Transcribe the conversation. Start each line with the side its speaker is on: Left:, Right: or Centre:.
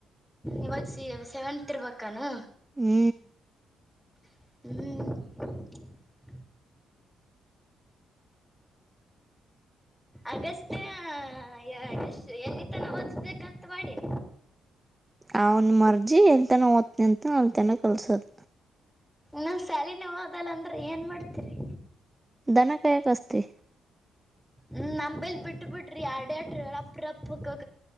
Centre: ಇವಾಗ ಸಿ ಸೆವೆನ್ತ್ ಇರ್ಬಾನು
Right: ಹ್ಮ
Centre: ಹ್ಮ್ ಅಗಷ್ಟೇಶು ಎಲ್ಲಿ ತನ ಓದಿಸ್ಬೇಕಂತ ಮಾಡಿರಿ
Right: ಅವನ ಮರ್ಜಿ ಎಲ್ತನ ಓದ್ನಂತನ ಅಲ್ತನ ಕಲ್ಸದ
Centre: ನನ್ ಸಾಲಿನ ಹದಲ್ಲ ಅಂದ್ರೆ ಏನ್ ಮಾಡ್ತೀರಿ
Right: ದಾನ ಕಾಯ ಕಾಯ್ಬೇಕಷ್ಟೇ
Centre: ಹ್ಮ ನೇಲ್ ಬಿಟ್ಟ ಬಿಡ್ರಿ ಆಡಟ್ರ ರಪ ರಪ್ಪ ಹೊ